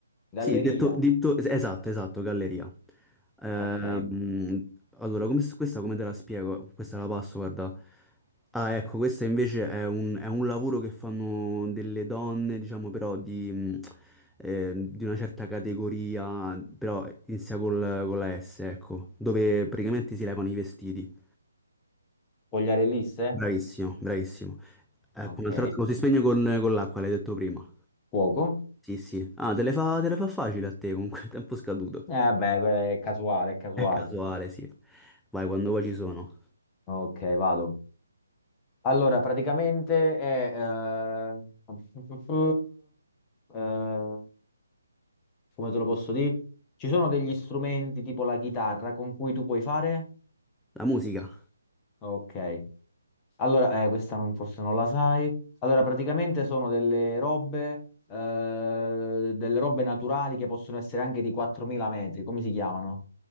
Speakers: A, on the left; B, in the centre.
A: galleria,
B: Sì, detto, detto- es- esatto, esatto, galleria. Ehm,
A: ok,
B: allora, come, s- questa come te la spiego? Questa la passo, guarda. Ah, ecco, questo invece è un, è un lavoro che fanno delle donne, diciamo, però di, mh, ehm, di una certa categoria, però inizia col- con la S, ecco, dove praticamente si levano i vestiti.
A: Pogliarelliste,
B: Bravissimo, bravissimo. Ecco,
A: ok,
B: un'altra volta lo si spegne con, con l'acqua, l'hai detto prima.
A: fuoco,
B: Sì, sì. Ah, te le fa, te le fa facile a te, comunque, <laughs> tempo scaduto.
A: eh vabbè, è casuale, è casuale,
B: È casuale, sì. Vai, quando vuoi ci sono.
A: ok, vado. Allora, praticamente è... eh, <laughs> eh, come te lo posso dire? Ci sono degli strumenti tipo la chitarra con cui tu puoi fare?
B: La musica.
A: Ok. Allora, eh, questa non forse non la sai. Allora, praticamente sono delle robe, eh, delle robe naturali che possono essere anche di 4.000 metri. Come si chiamano?